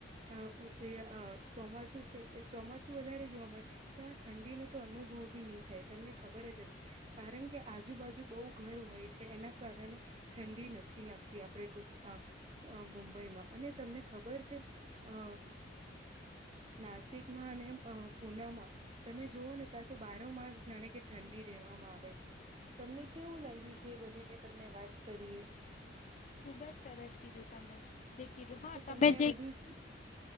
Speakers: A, on the right; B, on the left.
A: હ ચોમાસું છે, ચોમાસું વધારે જોવા મળે ત્યા ઠંડીનો તો અનુભવ બી નહી થાય તમને ખબર જ હશે. કારણ કે આજુબાજુ બહુ ઘર હોય છે, એના કારણે ઠંડી નથી લાગતી આપડે ગુજ અ મુંબઈમાં અને તમને ખબર છે, અ નાસિકમાં અને પુનામાં તમે જોઓ ને ક્યાાલ તો બાર માસ જાણે કે ઠંડી રહેેવામાં આવે છે. તમને કેવું લાગ્યું છે, એ બધી મેં તમને વાત કરીએ
B: ખુબ જ સરસ કીધું તમે જે કીધું હા
A: તો તમને
B: તમે
A: આ
B: જે
A: બધું